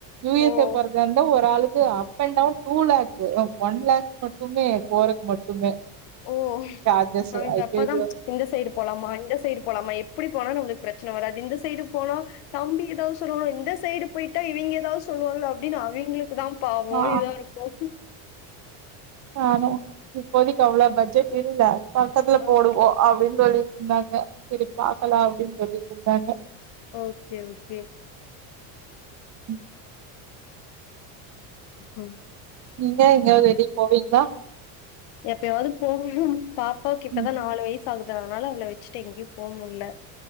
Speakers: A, on the right; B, on the left.
A: யு எஸ்
B: ஓ!
A: A போறதா இருந்தா ஒரு ஆளுக்கு up and down two lakh one lakh மட்டுமே போரக்கு மட்டுமே
B: ஓ
A: சார்ஜஸ்
B: அவங்க
A: ஐயயோ
B: அப்பதா இந்த சைடு போலாமா இந்த சைடு போலாம எப்பிடி போனா நம்முளுக்கு பிரச்சன வராது இந்த சைடு போனா தம்பி ஏதாவது சொல்லவா இந்த சைடு போயிட்டா இவங்க ஏதாவது சொல்லுவாங்களா அப்படின்னு அவங்களுக்கு தா பாவோ
A: ஆ
B: இதா இருக்கும்
A: ஆனா இப்போதைக்கு அவ்வளோ பட்ஜெட் இல்ல பக்கத்துல போடுவோ
B: ஓகே
A: அப்பிடினு சொல்லி இருந்தாங்க சரி பாக்கலா அப்படின்னு சொல்லிட்டு இருந்தாங்க
B: ஓக்கே ஓக்கே
A: உம்
B: உம்
A: நீங்க எங்கயாவது வெளிய போவீங்களா
B: எப்பயாவது போகனு பாப்பாவுக்கு இப்பதா
A: ம்.
B: நாலு வயசு சாகுது அதனால அவளை வச்சுட்டு எங்கேயு போக முடில